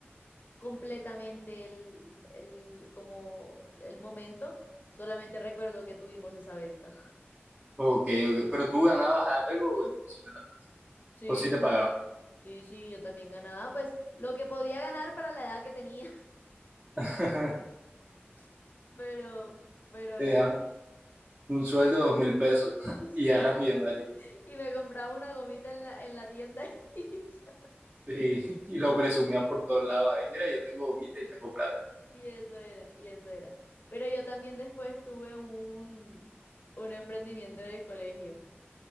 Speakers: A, on the left; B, on the right.
A: completamente el, el, como el momento. Solamente recuerdo que tuvimos esa venta. <laughs>
B: Ok, ok. ¿Pero tú ganabas algo o no? Eso no era gratis.
A: Sí,
B: ¿O sí te pagaban?
A: sí, sí, sí, yo también ganaba, pues lo que podía ganar para la edad que tenía,
B: <laughs>
A: <laughs> pero, pero
B: Tenías
A: eso.
B: un sueldo de dos mil pesos
A: <laughs>
B: y ya eras millonario.
A: Y me compraba una gomita en la, en la tienda <laughs> y, ya.
B: Sí, <laughs> y lo presumías por todos lados. Ahí, mira, yo tengo gomita y tengo plata.
A: Y eso era, y eso era. Pero yo también después tuve un, un emprendimiento en el colegio.